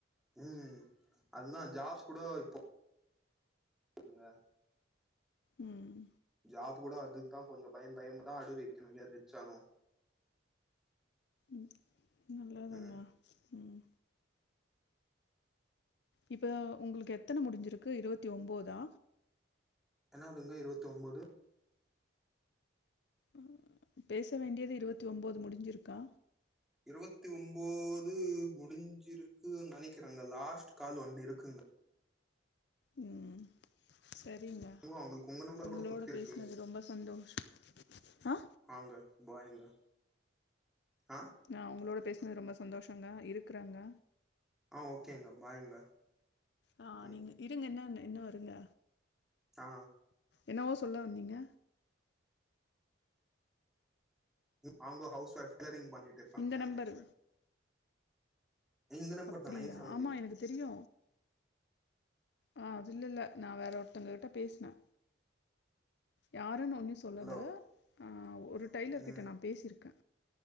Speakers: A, in the centre; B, on the left (about 60°).
A: ம் அதுதா ஜாப்ஸ் கூட இப்போ குங்க
B: ம்
A: ஜாப் பு கூட அதுக்குதா கொஞ்சொ பயம் பயமுதா அடுக்குது ஹெரியர் ச்சாலும்
B: ம் நல்லாதங்க
A: ம்
B: ம் இப்போ உங்களுக்கு எத்தன முடிஞ்சிருக்கு இருவத்தி ஒம்போதா
A: என்னாதுங்க இருவத்தொம்போது
B: அ பேச வேண்டியது இருவத்தி ஒம்போது முடிஞ்சிருக்கா
A: இருவத்தி ஒம்போது முடிஞ்சிருக்கு நெனைக்கிறேங்க லாஸ்ட் கால் ஒன்னு இருக்குங்க
B: ம் செரிங்க
A: ஓ அவங்களுக்கு உங்க நம்பர்
B: உங்களோட
A: கூட குத்திருக்கு
B: பேசுனது ரொம்ப சந்தோஷொ அ
A: ஆங்க பாயிங்க ஆ
B: ஆ உங்களோட பேசினது ரொம்ப சந்தோஷங்க இருக்குறங்க
A: ஆ ஓகேங்க பாய்ங்க
B: ஆ
A: ம்
B: நீங்க இருங்க இன்னொன்னு இன்னு இருங்க
A: ஆ
B: என்னவோ சொல்ல வந்தீங்க
A: அவுங்க ஹவுஸ் எக்ஸ்கெல்லரிங் பண்ணிட்டு இருங்க்காங்க
B: இந்த
A: சென்னைல
B: நம்பரு
A: இந்த நம்பர்
B: அப்டியா
A: தா நைன் செவன்
B: ஆமா
A: ஜீரோ
B: எனக்கு தெரியு ஆ அது இல்லல்ல நா வேற ஒருத்தங்க கிட்ட பேசுனே யாருன்னு ஒண்ணு சொல்லல
A: ஹலோ
B: ஆ ஒரு டெய்லர்கிட்ட
A: ம்
B: நா பேசிருக்கே